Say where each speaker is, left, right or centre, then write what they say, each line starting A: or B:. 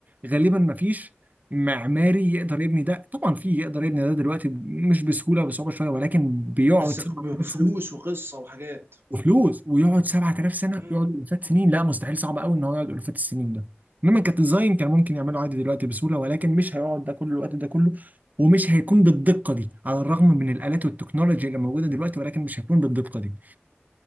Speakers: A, on the right; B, on the right.
A: غالبا ما فيش معماري يقدر يبني ده طبعا في يقدر يبني ده دلوقتي مش بسهوله بصعوبه شويه ولكن بيقعد
B: بس بفلوس
A: سنة
B: وقصه وحاجات
A: وفلوس ويقعد 7000 سنه
B: مم.
A: يقعد الافات سنين لا مستحيل صعب قوي ان هو يقعد الافات السنين ده انما كديزاين كان ممكن يعمله عادي دلوقتي بسهوله ولكن مش هيقعد ده كل الوقت ده كله ومش هيكون بالدقه دي على الرغم من الالات والتكنولوجيا اللي موجوده دلوقتي ولكن مش هيكون بالدقه دي